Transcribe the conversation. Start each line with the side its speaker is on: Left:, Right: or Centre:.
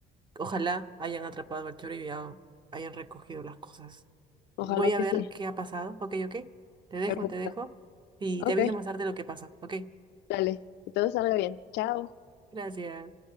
Right: Ojalá hayan atrapado al choro y ya hayan recogido las cosas.
Left: Ojalá
Right: Voy a
Left: que
Right: ver
Left: sí.
Right: qué ha pasado. Ok, ok. Te dejo,
Left: Perfecto.
Right: te dejo. Y
Left: Ok,
Right: te aviso más tarde lo que pasó. Ok.
Left: dale. Que todo salga bien. Chao.
Right: Gracias.